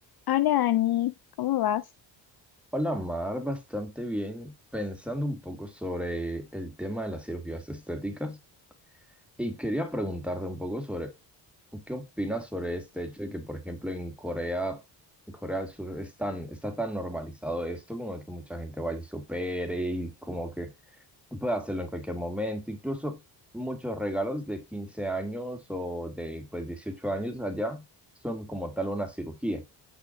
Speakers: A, on the left; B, in the centre.
A: Hola Dani, ¿cómo vas?
B: Hola Mar, bastante bien, pensando un poco sobre el tema de las cirugías estéticas y quería preguntarte un poco sobre qué opinas sobre este hecho de que, por ejemplo, en Corea, en Corea del Sur es tan- está tan normalizado esto, como que mucha gente va y se opere y como que puede hacerlo en cualquier momento, incluso muchos regalos de 15 años o de pues 18 años allá son como tal una cirugía.